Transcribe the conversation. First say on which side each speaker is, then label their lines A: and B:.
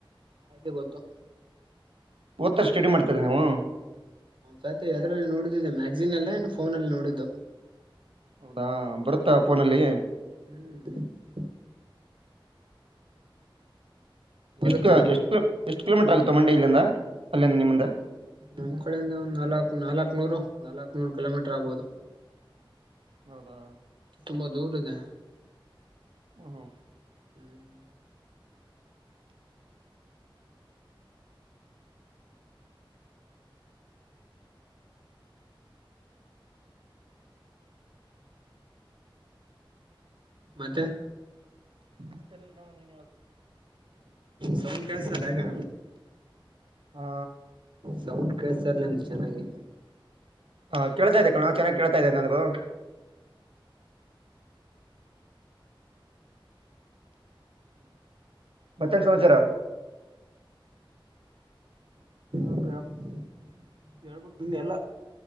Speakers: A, on the right (about 60°); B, on the right (about 80°).
A: ಹಾಗೆ ಗೊತ್ತು
B: ಓದ್ತಾರೆ ಸ್ಟಡಿ ಮಾಡ್ತಾರೆ ನೀವು
A: ರಾತ್ರಿ ಎದ್ರಲ್ಲಿ ನೋಡಿದ್ದೀನಿ ಮ್ಯಾಗ್ಸೀನ್ ಅಲ್ಲ ಇನ್ ಫೋನ್ ಅಲ್ಲಿ ನೋಡಿದ್ದು
B: ಹಾ ಬರುತ್ತಾ ಫೋನಲ್ಲಿ
A: ಹ್ಮ್ ಬರುತ್ತೆ
B: ಎಷ್ಟ ಎಷ್ಟ್ ಬೇಕ್ ಎಷ್ಟ್ ಕಿಲೋಮೀಟರ್ ಆಗುತ್ತಾ ಮಂಡ್ಯ ಇಲ್ಲಿಂದ ಅಲ್ಲೇ ನಿಮ್ಮಿಂದ
A: ನಮ್ ಕಡೆಯಿಂದ ಒಂದ್ ನಾಲಕ್ ನಾಲಕ್ನೂರು ನಾಲಕ್ನೂರು ಕಿಲೋಮೀಟರ್ ಆಗ್ಬೋದು
B: ಹೌದಾ
A: ತುಂಬಾ ದೂರ ಇದೆ
B: ಹ್ಮ ಹ್ಮ
A: ಹ್ಮ್ ಮತ್ತೆ
B: ಮತ್ತೆಲ್ ಭಾವ ನೀ
A: ಸೌಂಡ್ ಕೇಳ್ಸ್ತದ್ <unintelligible>
B: ಹಾ
A: ಸೌಂಡ್ ಕೇಳ್ಸ್ತರ್ಲಿಂದ್ ಚೆನ್ನಾಗಿೆ
B: ಹಾ ಕೇಳ್ತಾ ಇದೆ ಕಣೋ ಚೆನ್ನಾಗ್ ಕೇಳ್ತಾ ಇದೆ ನನ್ಗೂ ಮತ್ತೇನ್ ಸಮಾಚಾರ
A: ಓಕೆ ಹೇಳ್ಬೇಕ್ ನೀನೆ ಎಲ್ಲ